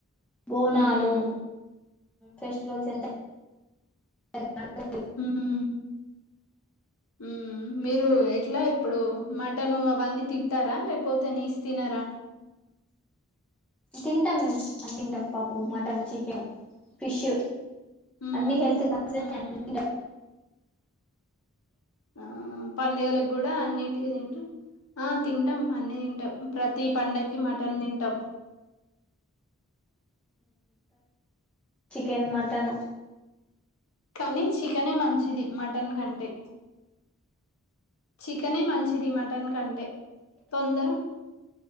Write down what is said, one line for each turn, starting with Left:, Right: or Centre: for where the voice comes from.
Centre: బోనాలు
Left: ఉమ్
Centre: ఫెస్టివల్స్ ఎంత <inaudible>
Left: ఉ ఉ ఉమ్ మీరు ఎట్ల ఇప్పుడు మటన్ అవన్నీ తింటారా లేకపోతే నీస్ తినరా <inaudible>
Centre: తింటం మేమ్ అని తింటం పప్పు మటన్ చికెన్ ఫిష్
Left: ఉమ్
Centre: అన్ని హెల్త్ కి మంచిదె
Left: ఉమ్ ఆ పండగలకు కూడా అన్నింటికి తింట్ర ఆ తింటాం అన్ని తింటమ్ ప్రతి పండకి మటన్ తింటమ్
Centre: చికెన్ మటను
Left: కాని చికెనే మంచిది మటన్ కంటే చికెనే మంచిది మటన్ కంటె తొందర